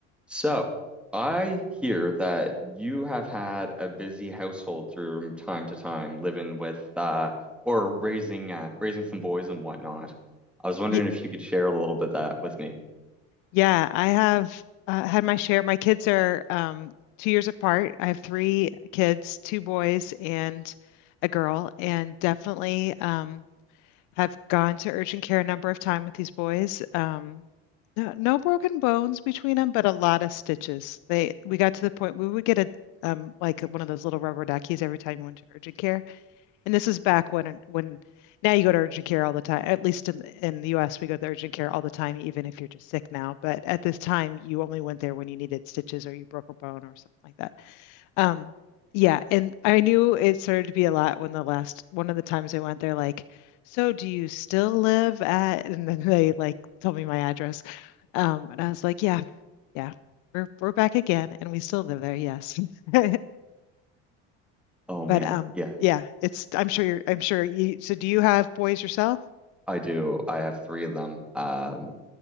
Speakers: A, in the centre; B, on the left.
A: So, I hear that you have had a busy household through time to time, living with uh, or raising uh, raising some boys and whatnot. I was wondering
B: Y
A: if you could share a little bit of that with me.
B: yeah, I have uh, had my share. My kids are um, two years apart. I have three kids, two boys and a girl, and definitely um, have gone to urgent care a number of times with these boys. Um, no, no broken bones between them, but a lot of stitches. They we got to the point we would get a um, like one of those little rubber duckies every time we went to urgent care. And this is back when when now you go to urgent care all the time. At least in the, in the U.S., we go to urgent care all the time, even if you're just sick now. But at this time, you only went there when you needed stitches or you broke a bone or something like that. Um, yeah, and I knew it started to be a lot when the last one of the times I went there, like, so do you still live at? And then they like told me my address, um, and I was like, yeah, yeah, we're we're back again, and we still live there. Yes. <laughs>
A: Oh man,
B: But um,
A: yeah,
B: yeah, it's I'm sure you're I'm sure you so do you have boys yourself?
A: I do. I have three of them. Um,